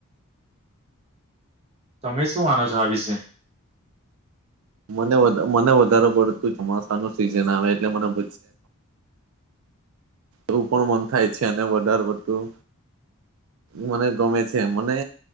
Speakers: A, on the right (about 30°); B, on the right (about 65°).
A: તમે શું માનો છો આ વિશે
B: મને મને વધારે પડતું ચોમાસા નું સીઝન આવે એટલે મને બ એવું પણ મન થાય છે અને બાર બતું મને ગમે છે મને